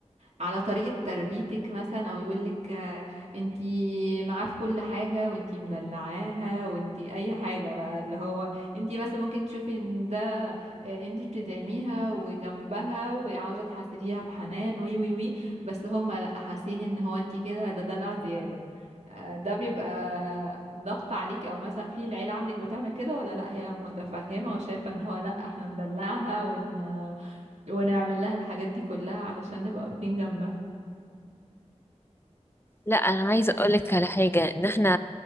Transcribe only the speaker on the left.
لا انا عايزه اقول لك على حاجه ان احنا